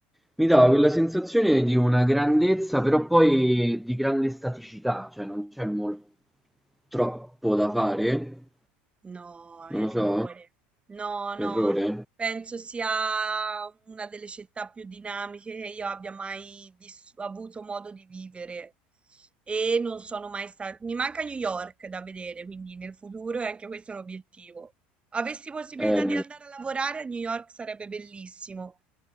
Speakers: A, in the centre; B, on the right (about 20°).
A: mi dava quella sensazione di una grandezza, però poi di grande staticità, cioè non c'è mol- troppo da fare,
B: No, errore.
A: non lo so,
B: No, no,
A: errore.
B: penso sia una delle città più dinamiche che io abbia mai vis- avuto modo di vivere e non sono mai stata. Mi manca New York da vedere, quindi nel futuro è anche questo è un obiettivo. Avessi possibilità
A: Eh,
B: di andare a lavorare a New York sarebbe bellissimo,